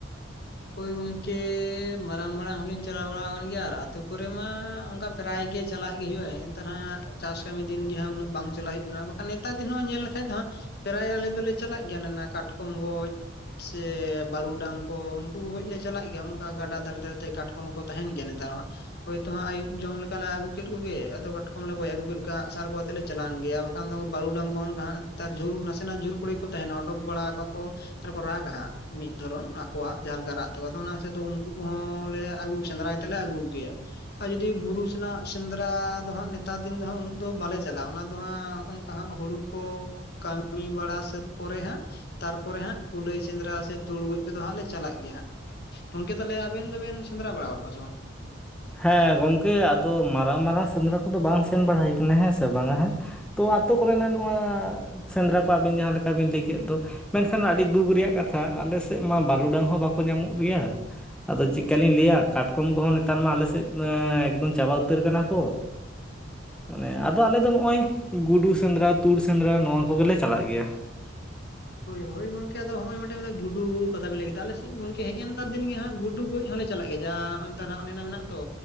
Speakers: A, on the left; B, in the centre.
A: ᱦᱳᱭ ᱜᱚᱝᱠᱮ ᱢᱟᱨᱟᱝ ᱢᱟᱨᱟᱝ ᱦᱚᱸ ᱞᱤᱧ ᱪᱟᱞᱟᱣ ᱵᱟᱲᱟ ᱟᱠᱟᱱ ᱜᱮᱭᱟ ᱟᱨ ᱟᱛᱳ ᱠᱚᱨᱮ ᱢᱟ ᱚᱱᱠᱟ ᱯᱨᱟᱭ ᱜᱮ ᱪᱟᱞᱟᱜ ᱜᱮ ᱦᱩᱭᱩᱜᱼᱟ ᱦᱮᱜᱮ ᱱᱮᱛᱟᱨ ᱦᱟᱸᱜ ᱪᱟᱥ ᱠᱟᱹᱢᱤ ᱫᱤᱱ ᱜᱮ ᱦᱟᱸᱜ ᱩᱱᱟᱹᱜ ᱵᱟᱝ ᱪᱟᱞᱟᱜ ᱦᱩᱭᱩᱜ ᱠᱟᱱᱟ ᱵᱟᱠᱷᱟᱱ ᱱᱮᱛᱟᱨ ᱫᱤᱱ ᱦᱚᱸ ᱧᱮᱞ ᱞᱮᱠᱷᱟᱱ ᱟᱞᱮᱫᱚᱦᱟᱜ ᱯᱨᱟᱭ ᱟᱞᱮ ᱫᱚᱞᱮ ᱪᱟᱞᱟᱜ <inaudible> ᱠᱟᱴᱠᱚᱢ ᱜᱚᱡ ᱥᱮ ᱵᱟᱹᱨᱩᱰᱟᱝ ᱠᱚ ᱩᱱᱠᱩ ᱜᱚᱡ ᱞᱮ ᱪᱟᱞᱟᱜ ᱜᱮᱭᱟ ᱚᱱᱠᱟ ᱜᱟᱰᱟ ᱫᱷᱟᱨᱮ ᱫᱷᱟᱨᱮ ᱛᱮ ᱠᱟᱴᱠᱚᱢ ᱠᱚ ᱛᱟᱦᱮᱱ ᱜᱮᱭᱟ ᱱᱮᱛᱟᱨ ᱦᱚᱸ ᱦᱳᱭ ᱛᱚ ᱟᱹᱭᱩᱵ ᱡᱚᱢ ᱞᱮᱠᱟᱞ ᱞᱮ ᱟᱹᱜᱩ ᱠᱮᱫ ᱠᱚᱜᱮ ᱟᱫᱚ ᱜᱚᱡ ᱟᱹᱜᱩ ᱠᱮᱫ ᱠᱚᱣᱟ ᱟᱸᱜ ᱥᱟᱨ ᱠᱚ ᱟᱛᱮ ᱞᱮ ᱪᱟᱞᱟᱣ ᱜᱮᱭᱟ ᱵᱟᱝ ᱠᱷᱟᱱ ᱫᱚ ᱵᱟᱹᱨᱩᱰᱟᱝ ᱠᱚ ᱱᱮᱛᱟᱨ ᱡᱷᱩᱲ ᱱᱟᱥᱮᱱᱟᱜ ᱡᱷᱩᱲ <inaudible> ᱠᱚ ᱛᱟᱦᱮᱱᱟ ᱩᱰᱩᱠ ᱵᱟᱲᱟ ᱟᱠᱚ ᱨᱟᱜᱟ ᱦᱟᱸᱜ ᱢᱤᱫ ᱫᱷᱚᱨᱚᱱ ᱟᱠᱚᱣᱟᱜ ᱡᱟᱦᱟᱸ ᱞᱮᱠᱟ ᱨᱟᱜ ᱛᱟᱠᱚ ᱛᱚ ᱚᱱᱟ ᱦᱤᱥᱟᱹᱵ ᱫᱚ ᱩᱱᱠᱩ ᱠᱚᱦᱚᱸᱞᱮ ᱟᱹᱜᱩ ᱥᱮᱸᱫᱽᱨᱟ ᱠᱟᱛᱮ ᱞᱮ ᱟᱹᱜᱩ ᱠᱚ ᱜᱮᱭᱟ ᱟᱨ ᱡᱩᱫᱤ ᱵᱩᱨᱩ ᱥᱮᱱᱟᱜ ᱥᱮᱸᱫᱽᱨᱟ ᱫᱚ ᱦᱟᱸᱜ ᱱᱮᱛᱟᱨ ᱫᱤᱱ ᱫᱚᱜ ᱩᱱᱟᱹᱜ ᱫᱚ ᱵᱟᱞᱮ ᱪᱟᱞᱟᱜᱼᱟ ᱚᱱᱟ ᱫᱚ ᱦᱟᱸᱜ ᱦᱟᱸᱜ ᱦᱳᱲᱳ ᱠᱚ ᱠᱟᱹᱢᱤ ᱵᱟᱲᱟ ᱥᱟᱹᱛ ᱯᱚᱨᱮ ᱦᱟᱸᱜ ᱛᱟᱨᱯᱚᱨᱮ ᱦᱟᱸᱜ ᱠᱩᱞᱟᱹᱭ ᱥᱮᱸᱫᱽᱨᱟ ᱥᱮ ᱛᱩᱲ ᱜᱚᱡ ᱠᱚᱫᱚ ᱦᱟᱸᱜ ᱞᱮ ᱪᱟᱞᱟᱜ ᱜᱮᱭᱟ ᱜᱚᱝᱠᱮ ᱛᱟᱦᱞᱮ ᱟᱵᱮᱱ ᱫᱚ ᱵᱮᱱ ᱥᱮᱸᱫᱽᱨᱟ ᱵᱟᱲᱟ ᱟᱠᱟᱫᱟ ᱠᱚᱣᱟ ᱥᱮ ᱵᱟᱝ
B: ᱦᱮᱸ ᱜᱚᱝᱠᱮ ᱟᱫᱚ ᱢᱟᱨᱟᱝ ᱢᱟᱨᱟᱝ ᱥᱮᱸᱫᱽᱨᱟ ᱠᱚᱫᱚ ᱵᱟᱝ ᱥᱮᱱ ᱵᱟᱲ ᱟᱠᱟᱱᱟ ᱦᱮᱸ ᱥᱮ ᱵᱟᱝ-ᱟ ᱦᱮᱸ ᱛᱚ ᱟᱛᱳ ᱠᱚ ᱨᱮᱱᱟᱜ ᱱᱚᱣᱟ ᱥᱮᱸᱫᱽᱨᱟ ᱠᱚ ᱟᱹᱵᱤᱱ ᱡᱟᱦᱟᱸ ᱞᱮᱠᱟ ᱵᱤᱱ ᱞᱟᱹᱭ ᱠᱮᱫ ᱫᱚ ᱢᱮᱱᱠᱷᱟᱱ ᱟᱹᱰᱤ ᱫᱩᱠ ᱨᱮᱭᱟᱜ ᱠᱟᱛᱷᱟ ᱟᱞᱮ ᱥᱮᱫ ᱢᱟ ᱵᱟᱹᱨᱩᱰᱟᱝ ᱦᱚᱸ ᱵᱟᱠᱚ ᱧᱟᱢᱚᱜ ᱜᱮᱭᱟ ᱟᱫᱚ ᱪᱮᱠᱟᱞᱤᱧ ᱞᱟᱹᱭ-ᱟ ᱠᱟᱴᱠᱚᱢ ᱠᱚ ᱦᱚᱸ ᱱᱮᱛᱟᱨ ᱢᱟ ᱟᱞᱮ ᱥᱮᱫ ᱮᱠᱫᱚᱢ ᱪᱟᱵᱟ ᱩᱛᱟᱹᱨ ᱠᱟᱱᱟ ᱠᱚ ᱢᱟᱱᱮ ᱟᱫᱚ ᱟᱞᱮᱫ ᱫᱚ ᱱᱚᱜᱼᱚᱭ ᱜᱩᱰᱩ ᱥᱮᱸᱫᱽᱨᱟ ᱛᱩᱲ ᱥᱮᱸᱫᱽᱨᱟ ᱱᱚᱣᱟ ᱠᱚ ᱜᱮᱞᱮ ᱪᱟᱞᱟᱜ ᱜᱮᱭᱟ <unintelligible>
A: ᱦᱳᱭ ᱦᱳᱭ ᱜᱚᱝᱠᱮ ᱟᱫᱚ ᱦᱚᱸᱜ-ᱚᱭ ᱢᱤᱫᱴᱮᱱ ᱜᱩᱰᱩ ᱠᱟᱛᱷᱟ ᱵᱮᱱ ᱞᱟᱹᱭ ᱠᱮᱫ ᱟᱞᱮ ᱥᱮᱫ ᱜᱚᱝᱠᱮ ᱦᱮᱜᱮ ᱱᱮᱛᱟᱨ ᱫᱤᱱ ᱜᱮ ᱜᱩᱰᱩ ᱜᱚᱡ ᱦᱚᱸᱞᱮ ᱪᱟᱞᱟᱜ ᱜᱮᱭᱟ ᱡᱟ ᱱᱚᱜ ᱱᱮᱛᱟᱨ ᱢᱮᱱᱟᱜ ᱫᱚ